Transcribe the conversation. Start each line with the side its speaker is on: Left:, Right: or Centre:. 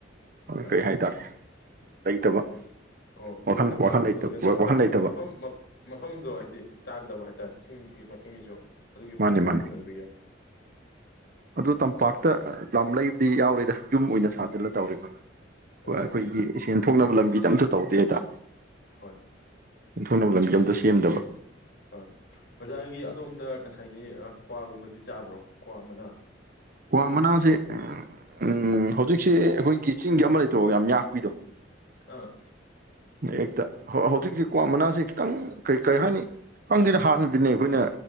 Left: ꯑ
Right: ꯀꯩ ꯍꯥꯏꯇꯥꯔꯦ ꯂꯩꯇꯕ꯫
Left: ꯑꯣ ꯑꯗꯨ
Right: ꯋꯥꯈꯜ
Left: ꯀꯩꯅꯣ
Right: ꯋꯥꯈꯜ ꯂꯩꯇꯕ
Left: ꯇꯧꯅꯗꯕꯩ
Right: ꯋꯥꯈꯜ ꯂꯩꯇꯕ
Left: ꯃꯐꯝ ꯃꯐꯝꯗꯣ ꯍꯥꯏꯗꯤ ꯆꯥꯗꯕ ꯍꯥꯏꯇꯥꯔꯦ ꯏꯁꯤꯡꯒꯤꯁꯤ ꯃꯁꯤꯡꯒꯤꯁꯨ ꯑꯗꯨꯒꯨꯝꯕꯒꯤ
Right: ꯃꯥꯅꯤ
Left: ꯄ꯭ꯔꯣꯕ꯭ꯂꯦꯝ
Right: ꯃꯥꯅꯤ
Left: ꯂꯩꯕꯒꯤ꯫
Right: ꯑꯗꯨ ꯇꯝꯄꯥꯛꯇ ꯑ ꯂꯝ ꯂꯩꯕꯗꯤ ꯌꯥꯎꯔꯦꯗ ꯌꯨꯝ ꯑꯣꯏꯅ ꯁꯥꯖꯤꯜꯂ ꯇꯧꯔꯤꯕꯩ
Left: ꯑꯣ
Right: ꯍꯣꯏ ꯑꯩꯈꯣꯏꯒꯤ ꯁꯦꯟ ꯊꯣꯛꯅꯕ ꯂꯝꯕꯤꯗ ꯑꯝꯇ ꯇꯧꯗꯦꯗ
Left: ꯍꯣꯏ
Right: ꯑꯣꯟꯊꯣꯡꯅꯕ ꯂꯝꯕꯤ ꯑꯝꯇ ꯁꯦꯝꯗꯕ
Left: ꯑꯥ ꯑꯣꯖꯥꯒꯤ ꯑꯗꯣꯝꯗ ꯉꯁꯥꯏꯒꯤ ꯑ ꯀ꯭ꯋꯥꯒꯨꯝꯕꯗꯤ ꯆꯥꯕ꯭ꯔꯣ ꯀ꯭ꯋꯥ ꯃꯅꯥ
Right: ꯀ꯭ꯋꯥ ꯃꯅꯥꯁꯦ ꯎꯝ ꯎꯝ ꯍꯧꯖꯤꯛꯁꯦ ꯑꯩꯈꯣꯏꯒꯤ ꯆꯤꯡꯒꯤ ꯑꯃ ꯂꯩꯇ꯭ꯔꯣ ꯌꯥꯝ ꯌꯥꯛꯄꯤꯗꯣ
Left: ꯑꯥ
Right: ꯍꯦꯛꯇ ꯍꯧ ꯍꯧꯖꯤꯛꯁꯤ ꯀ꯭ꯋꯥ ꯃꯅꯥꯁꯤ ꯈꯤꯇꯪ ꯀꯩ ꯀꯔꯤ ꯍꯥꯏꯅꯤ ꯈꯪꯗꯦꯗ ꯍꯥꯟꯅꯗꯤꯅꯦ ꯈꯣꯏꯅ